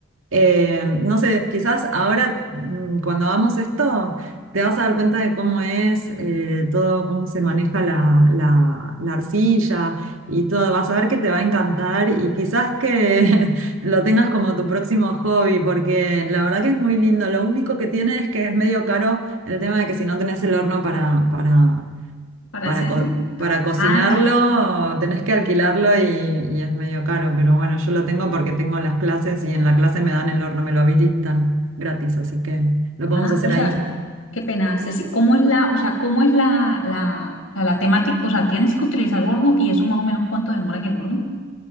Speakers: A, on the right; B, on the left.
A: eh, no sé, quizás ahora mm, cuando hagamos esto, te vas a dar cuenta de cómo es eh, todo, cómo se maneja la, la, la arcilla y todo. Vas a ver que te va a encantar y quizás que <laughs> lo tengas como tu próximo hobby porque la verdad que es muy lindo. Lo único que tiene es que es medio caro el tema de que si no tenés el horno para, para
B: para
A: para,
B: hacerlo.
A: co- para cocinarlo
B: Ah,
A: tenés que alquilarlo y, y es medio caro, pero bueno, yo lo tengo porque tengo las clases y en la clase me dan el horno, me lo habilitan gratis, así que lo podemos
B: Ah,
A: hacer
B: o sea,
A: ahí.
B: qué pena, Ceci, ¿cómo es la, o sea, cómo es la, la, la, la temática? O sea, tienes que utilizar el horno y eso más o menos cuánto demora en el horno.